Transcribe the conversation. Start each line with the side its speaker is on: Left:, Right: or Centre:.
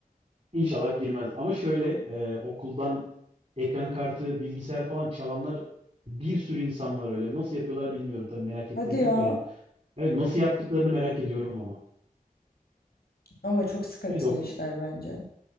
Right: inşallah girmez. Ama şöyle e, okuldan ekran kartı, bilgisayar falan çalanlar bir sürü insan var öyle. Nasıl yapıyorlar bilmiyorum tabii merak ettiğim
Left: Hadi ya.
Right: de yok da yani. Evet nasıl yaptıklarını merak ediyorum ama.
Left: Ama çok sıkıntılı
Right: Evet oku
Left: işler bence.